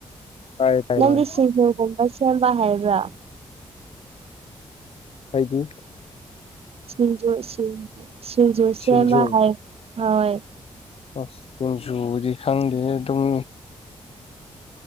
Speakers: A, on the left; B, on the right.
A: ꯇꯥꯏ ꯇꯥꯏ
B: ꯅꯪꯗꯤ
A: ꯍꯣꯏ
B: ꯁꯤꯡꯖꯨꯒꯨꯝꯕ ꯁꯦꯝꯕ ꯍꯥꯏꯕ꯭ꯔꯥ
A: ꯍꯥꯏꯗꯤ
B: ꯁꯤꯡꯖ ꯁꯤꯁꯤꯡꯖꯣꯁꯦꯃ
A: ꯁꯤꯡꯖꯨ
B: ꯍꯥꯏ ꯍꯣꯏ
A: ꯑꯁ ꯁꯤꯡꯖꯨꯗꯤ ꯈꯪꯗꯦ ꯑꯗꯨꯝ